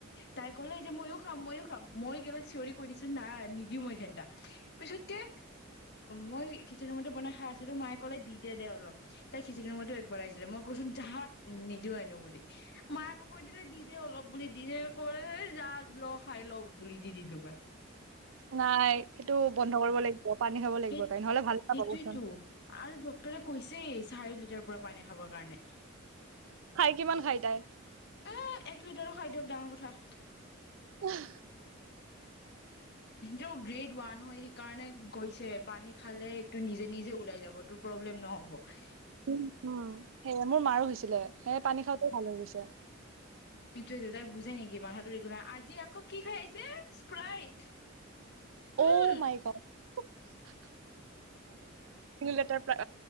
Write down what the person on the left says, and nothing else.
তাই ক'লে যে ময়ো খাম, ময়ো খাম। মই একেবাৰে চিঞৰি কৈ দিছো না নিদিও মই ঘেন্টা পিছতকে মই কিচেন ৰুমতে বনাই খাই আছিলো মায়ে ক'লে দি দে দে অলপ। তাই খিচিঙি খাওঁতেও একবাৰ আহিছিলে মই কৈছো জা নিদিওঁ আনো বুলি মায় আকো কৈ দিলে দি দে অলপ বুলি দি দে ক'লে জাহ ল' খাই ল' বুলি দি দিলো দুবাৰ।
সেই
সেইটোয়েটো
আৰু ডক্টৰে কৈছে চাৰি লিটাৰ পৰা পানী খাবৰ কাৰণে।
এ এক লিটাৰো খাই দিয়ক ডাঙৰ কথা।
টো গ্ৰেড ওৱান নহয় সেইকাৰণে গৈছে পানী খালেটো নিজে নিজে ওলাই যাব তোৰ প্ৰব্লেম নহ'ব।
<unintelligible> তাই বুজে নেকি? বাহাদুৰি পুৰা। আজি আকৌ কি খাই আহিছে, স্প্ৰাইট। উম,